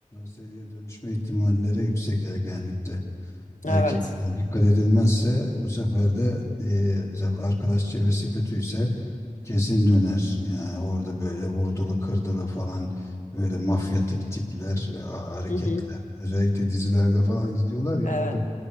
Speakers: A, on the left; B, on the left.
A: seviye dönüşme ihtimalleri yüksek ergenlikte. erkekliğine
B: Evet.
A: dikkat edilmezse bu sefer de e, mesela arkadaş çevresi kötüyse kesin döner. Yani orada böyle vurdulu kırdılı falan böyle mafyatik tipler, e, a- hareketler.
B: Hı hı.
A: Özellikle dizilerde falan izliyorlar ya
B: Evet.
A: orada